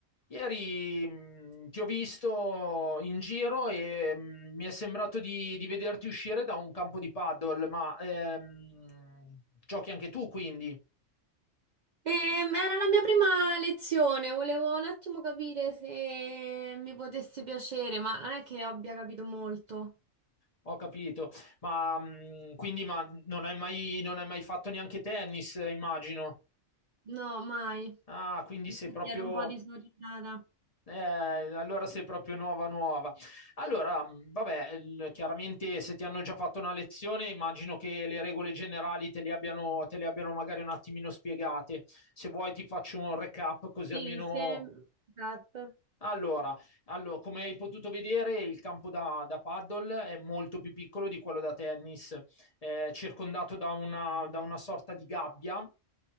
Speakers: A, on the left; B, on the right.
A: Ieri mh, ti ho visto in giro e mh, mi è sembrato di, di vederti uscire da un campo di paddle, ma ehm, giochi anche tu, quindi
B: Ehm, era la mia prima lezione, volevo un attimo capire se mi potesse piacere, ma non è che abbia capito molto.
A: ho capito. Ma mh, quindi ma non hai mai, non hai mai fatto neanche tennis, eh, immagino.
B: No, mai.
A: Ah, quindi
B: Infatti
A: sei proprio.
B: ero un po' disorientata.
A: Eh, allora sei proprio nuova nuova. Allora, mh, vabbè, il- chiaramente se ti hanno già fatto una lezione, immagino che le regole generali te le abbiano, te le abbiano magari un attimino spiegate. Se vuoi ti faccio un recap così
B: Sì,
A: almeno...
B: se... Esatto.
A: Allora, allo- come hai potuto vedere, il campo da, da paddle è molto più piccolo di quello da tennis, è circondato da una da una sorta di gabbia